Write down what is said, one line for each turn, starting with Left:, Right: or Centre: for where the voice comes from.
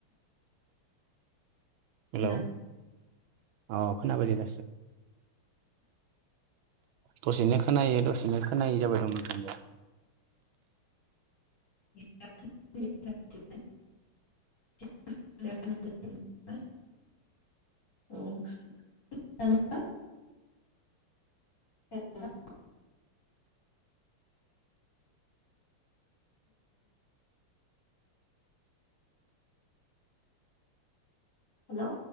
Right: हेलौ
Left: हेल'
Right: अ खोनाबायदि दासो दसेनो खोनायो दसेनो खोनायै जाबाय दं नोंथांनिया
Left: <unintelligible> <inaudible> <unintelligible> हेलौ